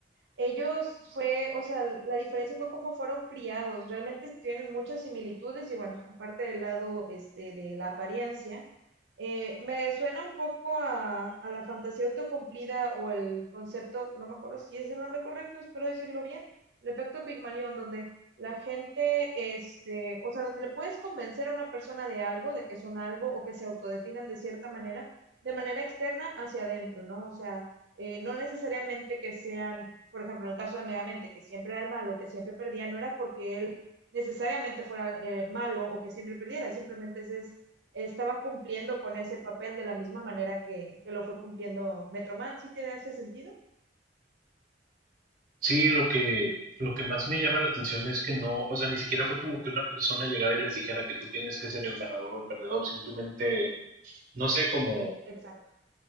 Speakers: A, on the right; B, on the right.
A: ellos fue, o sea, la diferencia fue cómo fueron criados. Realmente tienen muchas similitudes y bueno, aparte del lado este, de la apariencia, eh, me suena un poco a, a la fantasía autocumplida o el concepto, no me acuerdo si es el nombre correcto, espero decirlo bien, el efecto Pigmalión, donde la gente, este, o sea, donde le puedes convencer a una persona de algo, de que son algo o que se autodefinan de cierta manera, de manera externa hacia adentro, ¿no? O sea, eh, no necesariamente que sean por ejemplo, en el caso de Megamente, que siempre era el malo, que siempre perdía, no era porque él necesariamente fuera eh, malo o que siempre perdiera, simplemente ese es, estaba cumpliendo con ese papel de la misma manera que, que lo fue cumpliendo Metroman. ¿Sí te hace sentido?
B: Sí, lo que, lo que más me llama la atención es que no, o sea, ni siquiera fue como que una persona llegara y les dijera que tú tienes que ser el ganador o el perdedor, simplemente, no sé, como
A: Exacto.